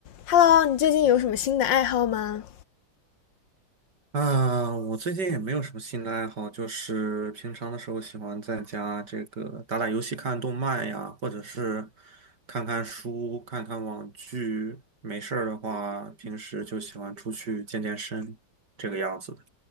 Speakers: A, on the left; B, on the right.
A: Hello，你最近有什么新的爱好吗？
B: 啊，我最近也没有什么新的爱好，就是平常的时候喜欢在家这个打打游戏、看动漫呀，或者是看看书、看看网剧。没事儿的话，平时就喜欢出去健健身，这个样子的。